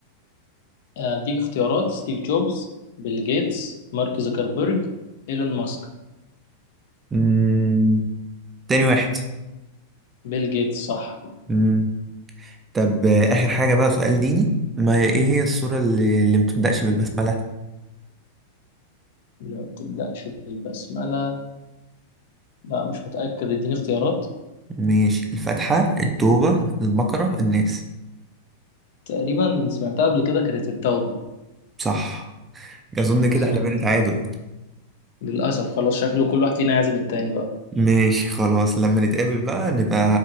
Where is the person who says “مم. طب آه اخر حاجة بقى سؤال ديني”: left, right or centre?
Right